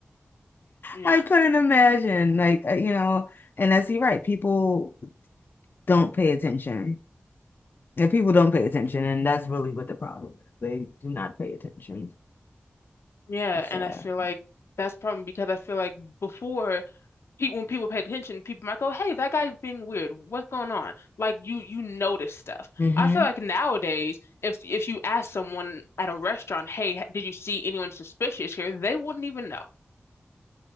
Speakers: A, on the left; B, on the left.
A: Yeah.
B: I couldn't imagine, like uh, you know, and that's you're right. People don't pay attention. And people don't pay attention, and that's really what the problem is. They do not pay attention.
A: Yeah.
B: So,
A: And I feel like that's probably because I feel like before pe when people paid attention, people might go, hey, that guy's being weird. What's going on? Like you you notice stuff.
B: hmm
A: I feel like nowadays, if if you ask someone at a restaurant, hey, did you see anyone suspicious here? They wouldn't even know.